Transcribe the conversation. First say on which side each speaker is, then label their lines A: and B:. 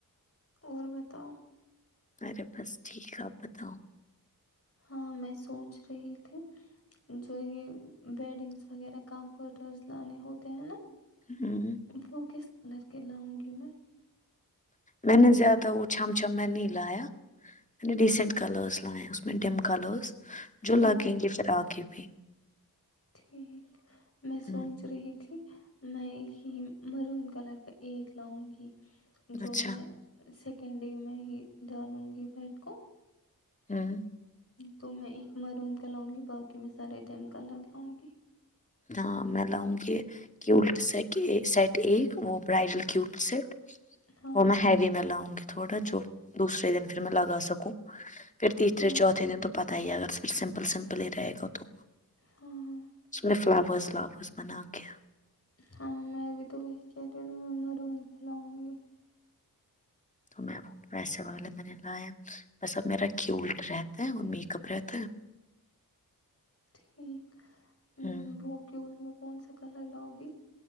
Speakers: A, on the left; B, on the left.
A: اور بتاؤ
B: ارے بس ٹھیک ہے آپ بتاؤ
A: ہاں میں سونچ رہی تھی جو یہ بیڈنگس وغیرہ کمفرٹز لانے ہوتے ہیں نا
B: ہمم
A: وہ کس کلر کے لاؤں گی میں
B: میں نے زیادہ وہ چم چھم میں نہیں لایا میں نے ڈیسینٹ کلرس لائے اس میں ڈم کلرس جو
A: ہاں
B: لگیں گے پھر آگے فی <unintelligible>
A: ٹھیک میں
B: ہمم
A: سونچ رہی تھی میں ایک ہی مرون کلر کا ایک لاؤں گی جو
B: اچھا
A: میں س کینڈی میں ہی ڈالوں گی بیٹ کو
B: ہوں
A: تو میں ایک مرون کا لاؤں گی باقی میں سارے ڈم کلر لاؤں گی
B: ہاں میں لاؤں گی کہ الٹا سیٹ ا سیٹ اے وہ برائڈل کیوب سیٹ
A: ہاں
B: وہ میں ہیوی میں لاؤں گی تھوڑا جو دوسرے دن پھر میں لگا سکوں پھر تیسرے
A: ہاں
B: چوتھے دن تو پتا ہی اگر پ سمپل سمپل ہی رہے گا تو
A: ہاں ہاں
B: <inaudible>
A: ہاں میں بھی تو وہی کہ مر چ ل ہ گی <inaudible>
B: تو میں ویسے والا میں نے لایا بس اب میرا کیلٹ رہتا ہے اور میک اپ رہتا ہے
A: ٹھیک
B: ہے
A: وہ کی میں <unintelligible> کون سا کلر لاؤ گی